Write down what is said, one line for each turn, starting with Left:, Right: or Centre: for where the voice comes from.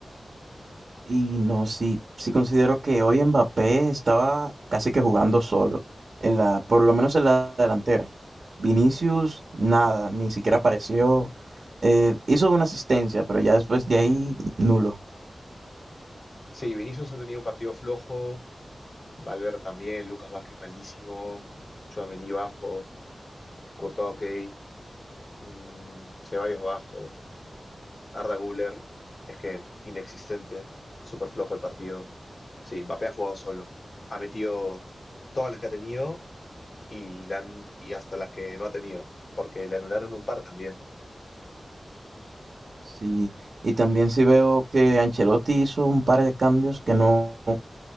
Right: Y no, sí, sí considero que hoy Mbappé estaba casi que jugando solo, en la, por lo menos en la delantera. Vinicius, nada, ni siquiera apareció. Eh, hizo una asistencia, pero ya después de ahí, nulo.
Left: Sí, Vinicius ha tenido un partido flojo, Valverde también, Lucas Vázquez malísimo, Tchouaméni bajo, Courtois ok, mm, Ceballos bajo. Arda Güler es que inexistente, súper flojo el partido. Sí, Mbappé ha jugado solo. Ha metido todas las que ha tenido y, le han- y hasta las que no ha tenido, porque le anularon un par también.
Right: Sí, y también sí veo que Ancelotti hizo un par de cambios que no,